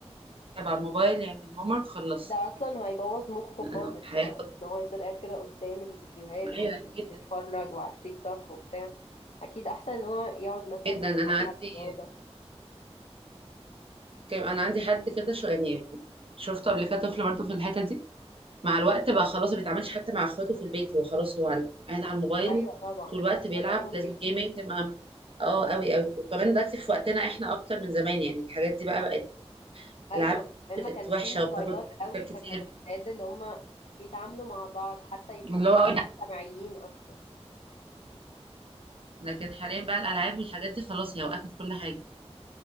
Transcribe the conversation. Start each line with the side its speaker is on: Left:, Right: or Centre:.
Right: على الموبايل يعمل هومورك خلص
Left: ده اصلا هيبوظ مخه خالص
Right: آه، حياة
Left: يعني ان هو يفضل قاعد كده قدام الفيديوهات
Right: ايوه
Left: ويتفرج
Right: ايوه جدا
Left: وعلى التيك توك وبتاع اكيد احسن ان هو يقعد مثلا
Right: جدا انا
Left: يلعب
Right: عندي
Left: رياضه
Right: كان- انا عندي حد كده شو يعني شفته قبل كده طفل برضه في الحته دي مع الوقت بقى خلاص ما بيتعاملش حتى مع اخواته في البيت هو خلاص هو على- قاعد على الموبايل
Left: ايوه طبعا
Right: طول الوقت
Left: تاثر
Right: بيلعب
Left: عليهم
Right: لازم
Left: جدا
Right: جيمنج مع اه قوي قوي وكمان دلوقتي في وقتنا احنا اكتر من زمان يعني الحاجات دي بقى بقت
Left: ايوه
Right: العاب
Left: كمان
Right: بقت
Left: ما كانش
Right: وحشه
Left: فيه الموبايلات
Right: وبتاخد
Left: قوي
Right: فكر كتير
Left: فكانوا الولاد اللي هم بيتعاملوا مع بعض حتى يبقوا
Right: اللي هو أقول
Left: مجتمعيين اكتر
Right: لكن حاليا بقى الالعاب والحاجات دي خلاص هي وقفت كل حاجه